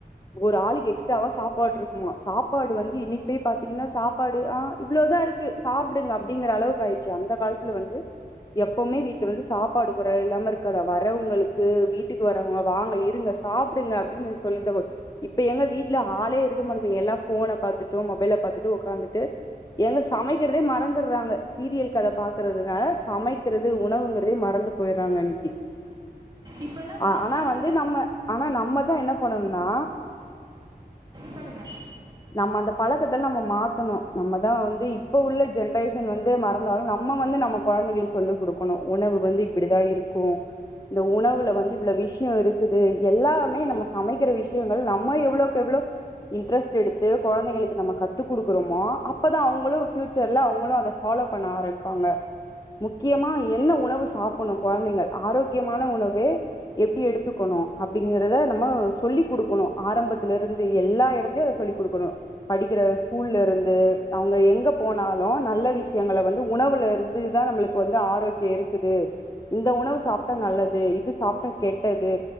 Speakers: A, on the left (about 25°); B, on the right (about 25°).
A: ஒரு ஆளுக்கு எக்ஸ்ட்ராவா சாப்பாடுரு க்குமா சாப்பாடு வந்து இன்னைக்கு போய் பாத்தீங்கன்னா சாப்பாடு ஆ இவ்ளோதா இருக்கு சாப்டுங்க அப்டிங்கற அளவுக் ஆயி ருச்சு அந்த கால்த்துல வந்து எப்பவுமே வீட்ல வந்து சாப்பாடு குறைவு இல்லாம இருக்காதா வர்றவங்ளுக்கு வீ ட்டுக்கு வர்றவங்க வாங்க இருங்க சாப்டுங்க அப்டினு சொல்லிதபோ இப்ப எங்க வீட்ல ஆளே இருக்க மாட்டி எல்லா ஃபோன பாத்துட்டு மொபைல பாத்துட்டு ஒக்காந்துட்டு ஏங்க சமக்கிறதே மறந்துர்றாங்க சீரியல் கத பாக்றதுனால சமக்கிறது உணவுங்றதே மறந்து போய்றாங்க அன்னைக்கி
B: இப்ப எல்லா
A: ஆ
B: சப்பாத்தி
A: ஆனா வந்து நம்ம ஆனா நம்மதா என்ன பண்ணணுனா
B: சொல்லுங்க
A: நம்ம அந்த பழக்கத்த நம்ம மாத்தணு நம்மதா வந்து இப்ப உள்ள ஜென்ரேஷன் வந்து மறந்தாலு நம்ம வந்து நம்ம கொழந்தைங்களுக்கு சொல்லி குடுக்குணு உணவு வந்து இப்டிதா இருக்கு இந்த உணவுல வந்து இவ்ளோ விஷ்யோ இருக்குது எல்லாமே நம்ம சமைக்கிற விஷ்யங்கள் நம்ம எவ்ளோக் எவ்ளோ இன்ட்ரெஸ்ட் எடுத்து கொழந்தைங்களுக்கு நம்ம கத்துக் குடுக்கறோமோ அப்பதா அவுங்களு ஃபூயூச்சர்ல அவுங்களு அத ஃபாலோ பண்ண ஆரம்பிப்பாங்க முக்கியமா நீ என்ன உணவு சாப்புணு கொழந்தைங்க ஆரோக்கியமான உணவே எப்டி எடுத்துக்குணு அப்டிங்கறத நம்ம சொல்லி குடுக்கணு ஆரம்பத்திலருந்து எல்லா எடத்துலயு அத சொல்லி குடுக்கணு படிக்கிற ஸ்கூல்லருந்து அவுங்க எங்க போனாலு நல்ல விஷ்யங்கள வந்து உணவுல இருந்துதா நம்ள்க் கு வந்து ஆரோக்கியோ இருக்குது இந்த உணவு சாப்ட்டா நல்லது இது சாப்ட்டா கெட்டது